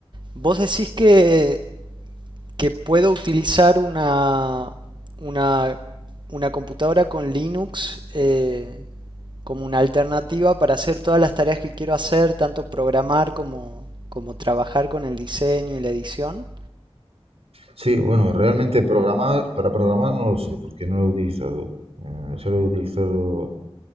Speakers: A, on the right; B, on the right.
A: vos decís que, que puedo utilizar una, una, una computadora con Linux eh, como una alternativa para hacer todas las tareas que quiero hacer, tanto programar como, como trabajar con el diseño y la edición.
B: Sí, bueno, realmente programar, para programar no lo sé, porque no lo he utilizado. Eh, solo he utilizado